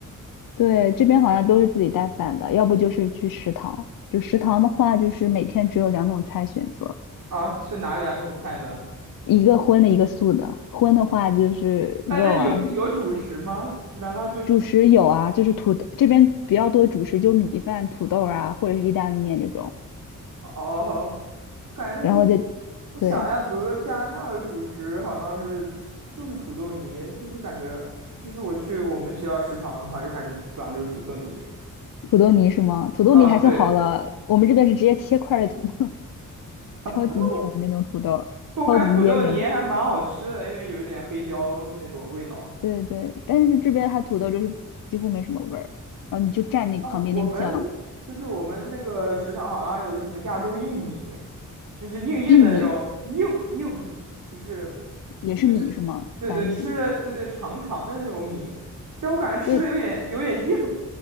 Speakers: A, on the left (about 90°); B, on the right (about 70°).
A: 对，这边好像都是自己带饭的，要不就是去食堂。就食堂的话，就是每天只有两种菜选择，
B: <laughs> 啊，是哪两种菜呢？
A: 一个荤的，一个素的。荤的话就是肉啊，
B: 哎，那你有有主食吗？
A: 什么。
B: 难道就
A: 主食有啊，
B: q
A: 就是土豆这边比较多主食，就米饭、土豆啊，或者是意大利面这种。
B: 哦，我感觉，
A: 然后再对
B: 我想一下，比如说加拿大的主食好像是就是土豆泥，就是感觉就是我去我们学校食堂的话，就感觉基本上就是土豆泥。
A: 土豆泥是吗？土豆泥还算好了，
B: 嗯，对，
A: 我们这边是直接切块儿的土，<laughs>
B: <laughs>
A: 超级面的那种土豆，
B: 我感觉土豆泥还蛮好吃的，
A: 超级噎人。
B: 因为有一点黑椒那种味道。
A: 对对，但是这边它土豆就是几乎没什么味儿，然后你就蘸那个旁边那个酱，
B: 哦，我们对对，我们那个食堂好像还有的什么亚洲硬米，就是硬硬的那种硬硬米，
A: 薏米
B: 就是。
A: 也是米是吗？
B: 就是对对吃的对对长长的那种米，
A: 白米。
B: 但我感觉吃的有点有点硬，
A: 对